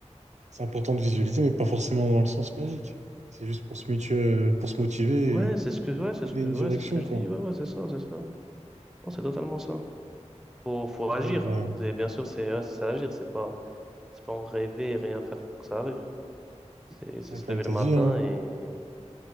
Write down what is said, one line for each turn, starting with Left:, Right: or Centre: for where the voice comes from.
Right: c'est important de visualiser, mais pas forcément dans le sens magique. C'est juste pour se mutua- pour se motiver
Centre: Ouais,
Right: et
Centre: c'est ce que, ouais, c'est
Right: donner
Centre: ce que,
Right: une
Centre: ouais,
Right: direction,
Centre: c'est ce que je
Right: quoi.
Centre: dis. Ouais, ouais, c'est ça, c'est ça. Non, c'est totalement ça. Faut, faut
Right: Un
Centre: agir.
Right: rêve, bah,
Centre: C'est, bien sûr, c'est, ouais, c'est agir. C'est pas, c'est pas en rêver et rien faire pour que ça arrive. C'est, c'est
Right: ouais,
Centre: se
Right: comme
Centre: lever
Right: tu
Centre: le
Right: as
Centre: matin
Right: dit, hein,
Centre: et,